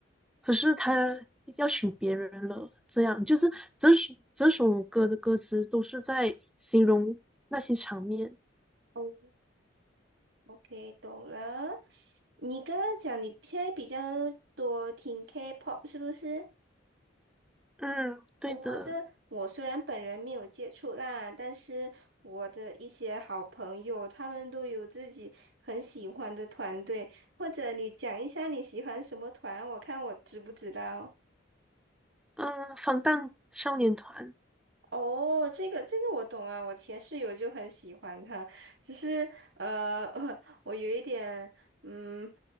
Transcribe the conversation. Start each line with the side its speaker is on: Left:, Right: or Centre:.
Centre: 可是他要娶别人了，这样就是整首整首歌的歌词都是在形容那些场面。
Right: 哦，OK，懂了。你刚刚讲你现在比较多听 K-pop 是不是？
Centre: 嗯，对的，
Right: 哦我的，我虽然本人没有接触啦，但是我的一些好朋友，他们都有自己很喜欢的团队，或者你讲一下你喜欢什么团，我看我知不知道。
Centre: 嗯，防弹少年团。
Right: 哦，这个这个我懂啊，我前室友就很喜欢他，只是呃，<laughs> 我有一点嗯，